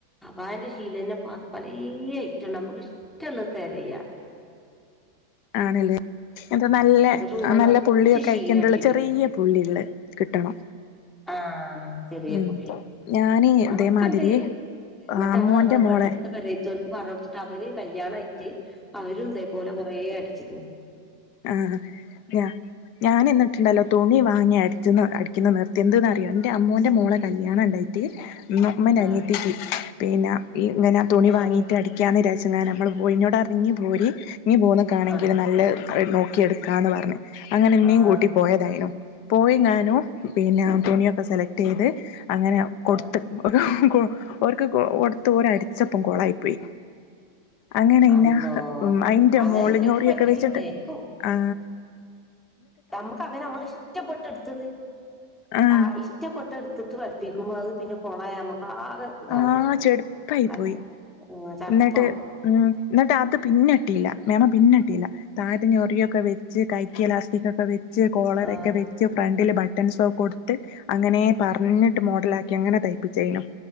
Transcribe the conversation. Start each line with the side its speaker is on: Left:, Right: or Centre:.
Centre: അബായന്റെ ശീലന്നെ ത് പലെ അയ്റ്റംണ്ട്നമുക്കിഷ്ടള്ള തെരയാ
Left: ആണല്ലേ എന്ത നല്ല
Centre: ഒരു റൂമ്
Left: നല്ല
Centre: നിറച്ച്
Left: പുള്ളിയൊക്കെ
Centre: ശീലട്ടിട്ട്ക്ക്ണ്
Left: അയിക്കണ്ടുള്ള ചെറിയ പുള്ളിയ്ള്ളെ കിട്ടണം.
Centre: ആ ചെറിയ
Left: ഉം
Centre: പുള്ളി
Left: ഞാന്
Centre: അതൊക്കെണ്ട്.
Left: ഇതേമാതിരി
Centre: എന്നിട്ട്
Left: ആഹ്
Centre: ഞങ്ങൾ
Left: അമ്മോന്റെ
Centre: ഞങ്ങെടെഎട്ത്ത
Left: മോളെ
Centre: പെരേ തോൽക്പറ ഞ്ഞടുതിട്ട് അവര് കല്യാണ അയ്റ്റ് കല്യാണയിട്ട് അവര് ഇതേപോലെ കൊറേ അടിച്ക്ണ്
Left: ആ ഞാ ഞാൻ എന്നിട്ടുണ്ടല്ലോ തുണി വാങ്ങിയട ഇന്ന് അടിക്കുന്ന നിൃത്തിയ എന്തന്ന് അറിയാം എൻ്റെ അമ്മോന്റെ മോളെ കല്യാണം ണ്ടായിട്ട്. മ്മൻ അനിയത്തേക്ക്
Centre: ആഹ്
Left: പിന്നെ ഇങ്ങനെ തുണി
Centre: ആഹ്
Left: വാങ്ങിട്ട് അടിക്കാന്ന് വച്ചങ്ങാൻ നമ്മൾ പോയിോട് അ ഇങ്ങി പോരി ഇങ്ങ പോകുന്നത് കാണമെങ്കിൽത്
Centre: ആഹ്
Left: നല്ല നോക്കിയ എടുക്കാന്ന് പറഞ്- അങ്ങനെ ഇന്നീ
Centre: ആഹ്
Left: കൂട്ടി പോയതായി നിം പോയി ഞാനും പിന്നെ തുണിയൊക്കെ സെലക്ട് ചെയ്ത് അങ്ങനെ കൊടുത്ത്
Centre: ആഹ്
Left: ഒരു.. ര്ക്ക് ടുത്ത് ഓര അടിച്ചപ്പം കോളായി പോയി.. അങ്ങനെ
Centre: അള്ളോ
Left: ഇന്ന അയിന്റെ
Centre: അങ്ങനെ
Left: മോള്
Centre: ഇന്റെടുത്ത്
Left: ഞോറിയൊക്കെ
Centre: പറ്റിയിട്ടുണ്ട്
Left: വെച്ചിട്ട്
Centre: എനിക്ക്
Left: ആ
Centre: നമുക്ക് അങ്ങനെ നമ്മൾ ഇഷ്ടപ്പെട്ട എടുത്തത്
Left: ആഹ്
Centre: ആ ഇഷ്ടപ്പെട്ട എടുട്ട് പഠിപ്പിക്കുമ്പോ അത് പിന്നെ കൊളായമക്ക സാ ഇതാവും
Left: ആഹ് ചെടുപ്പായി
Centre: ക
Left: പോയി
Centre: ചാപ്പാവും.
Left: എന്നിട്ട് ഉം എന്നിട്ട് അത് പിന്നിട്ടിയില്ല മേമ പിന്നിട്ടിയില്ല താഴതഞ്ഞൊറിയൊക്കെ വെച്ച് കഴക്കിയലാസ്റ്റിക് ഒക്കെ വെ വച്ച് കോളറൊക്കെ
Centre: ആ
Left: വെച്ച് ഫ്രണ്ടില് ബട്ടൺസൊ കൊടുത്ത് അങ്ങനെ പറഞ്ഞിട്ട് മോഡലാക്കി അങ്ങനെ തൈപ്പിചേനു